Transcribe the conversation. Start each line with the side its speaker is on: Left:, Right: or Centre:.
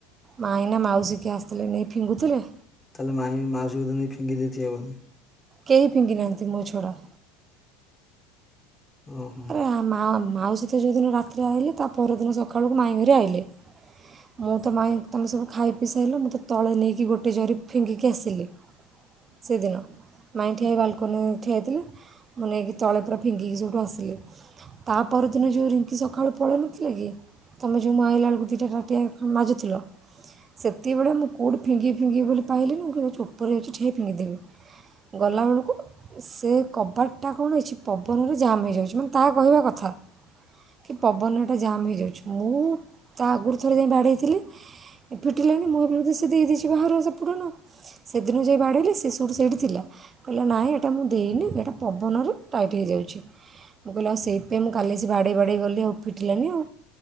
Right: ମାଇଁ ନା ମାଉସୀ କିଏ ଆସିଥିଲେ ନେଇ ଫିଙ୍ଗୁଥିଲେ?
Left: ତାହେଲେ ମାଇଁ ମାଉସୀ ନେଇ ଫିଙ୍ଗି ଦେଇଥିବେ ବୋଧେ।
Right: କେହି ଫିଙ୍ଗି ନାହାଁନ୍ତି ମୋ ଛଡ଼ା।
Left: ଓହୋ
Right: ଆରେ ମା ମାଉସୀତ ଯେଉଁଦିନ ରାତିରେ ଆସିଲେ ତା ପରଦିନ ସକାଳକୁ ମାଇଁ ଘରି ଆଇଲେ। ମୁଁ ତ ମାଇଁ ତୁମେ ସବୁ ଖାଇ ପି ସାଇଲେ ମୋତେ ତଳେ ନେଇକି ଗୋଟେ ଜରି ଫିଙ୍ଗିକି ଆସିଲି। ସେଇଦିନ। ମାଇଁ ଠିଆଇ ବାଲୁକନି ଠିଆଇଥିଲେ। ମୁଁ ନେଇକି ତଳେ ପୁରା ଫିଙ୍ଗିକି ସେଉଁଠୁ ଆସିଲି। ତା ପରଦିନ ଯେଉଁ ରିଙ୍କି ସକାଳୁ ପଳେଇନଥିଲା କି। ତମେ ଯେଉଁ ମୁଁ ଆଇଲା ବେଳକୁ ଦୁଇଟା ଟାଟିଆ ମାଜୁଥିଲ। ସେତିବେଳେ ମୁଁ କୋଉଠି ଫିଙ୍ଗି ଫିଙ୍ଗି ବୋଲି ପାରିଲିନି ମୁ କହିଲି ଉପରେ ଯାଉଚି ଠିଆ ହେଇକି ଫିଙ୍ଗିଦେବି। ଗଲାବେଳକୁ ସେ କବାଟ ଟା କଣ ହେଇଛି ପବନରେ ଜାମ୍ ହେଇଯାଉଛି ମାନେ ତାହା କହିବା କଥା। କି ପବନରେ ଏଟା ଜାମ୍ ହେଇଯାଉଛି। ମୁଁ ତା ଆଗରୁ ଥରେ ଯାଇ ବାଡ଼େଇଥିଲି। ଏ ଫିଟିଲାନି ମୁଁ ଭାବିଲି ବୋଧେ ସିଏ ଦେଇ ଦେଇଛି। ବହାରୁଆ ସେପଟୁଆ ନା ସେଦିନ ଯାଇ ବାଡ଼େଇଲେ ସେ ସୁଟି ସେଇଠି ଥିଲା କହିଲା ନାଇଁ ଏଟା ଦେଇନି ଏଇଟା ପବନରୁ ଟାଇଟ୍ ହେଇଯାଉଛି। ମୁଁ କହିଲି, ଆଉ ସେଥିପାଇଁ ମୁଁ କାଲି ଆସି ବାଡ଼େଇ ବାଡ଼େଇ ଗଲି ଆଉ ଫିଟିଲାନି ଆଉ।